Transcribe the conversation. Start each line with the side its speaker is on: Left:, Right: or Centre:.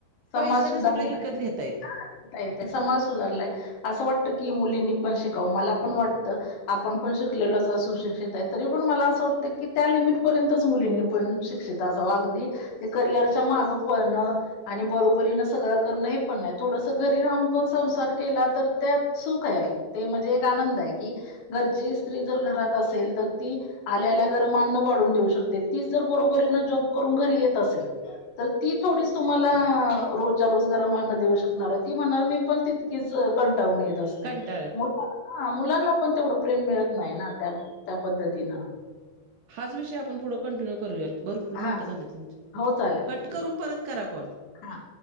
Left: समाज
Right: पैसाने
Left: सुधारला
Right: सगळे विकत घेता येतं.
Left: <inaudible> समाज सुधारलाय. असं वाटतं की मुलींनी पण शिकावं. मला पण वाटतं. आपण पण शिकलेलोच, असुशिक्षित आहेत तरी पण मला असं वाटत की, त्या लिमिट पर्यंत मुलींनी पण शि शिक्षित असावं, अगदी ते करिअरच्या माग पळणं आणि बरोबरीनं सगळं करणं हे पण नाही, थोडसंच घरी राहून पण संसार केला तर त्यात सुखःत आहे ते म्हणजे एक आनंद आहे कि, घरची स्त्री जर घरात असेल तर ती आल्या, आल्या गरम अन्न वाढून देऊ शकते, तीच जर बरोबरीनं जॉब करून घरी येत असेल तर ती थोडीचं तुम्हाला आ रोजच्या, रोज गरम आन्न देऊ शकणार आहे, ती म्हणणार मी पण तित किच कंटाळून येत असते.
Right: कंटाळले
Left: ते मो मुलांना पण तेवढं प्रेम मिळत नाही ना त्या, त्या पद्धतीनं.
Right: हाच विषय आपण पुढं कंटिन्यू करूयात भरपूर
Left: हा
Right: मिनटं झाले तुमचे,
Left: हो चालेल
Right: कट
Left: ठीक
Right: करून परत करा कॉल.
Left: हा